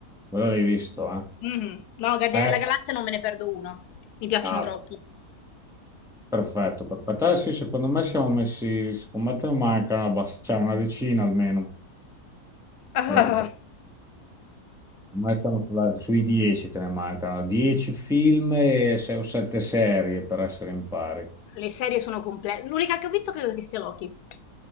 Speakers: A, in the centre; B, on the left (about 85°).
A: Quello l'hai visto, eh?
B: Mhm. No, Guardiani
A: Eh,
B: della Galassia non me ne perdo uno. Mi piacciono
A: ah,
B: troppo.
A: perfetto, perfetto. Eh sì, secondo me siamo messi, secondo me te ne manca una, bas- cioè una decina almeno
B: Ah,
A: da recuperare. Secondo me siamo sulla- sui 10 te ne mancano, 10 film e se- o 7 serie per essere in pari.
B: le serie sono complete. L'unica che ho visto credo che sia Loki.